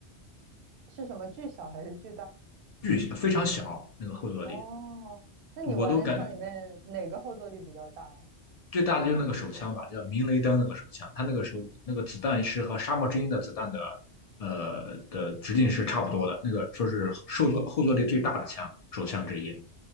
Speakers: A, on the right; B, on the left.
A: 是什么巨小还是巨大？
B: 巨非常小那个后坐力，
A: 哦，那你玩的枪里面哪个后坐力比较大呀？
B: 我都感最大的就是那个手枪吧，叫明雷灯那个手枪，它那个手那个子弹是和沙漠之鹰的子弹的呃的直径是差不多的，那个说是后坐后坐力最大的枪手枪之一。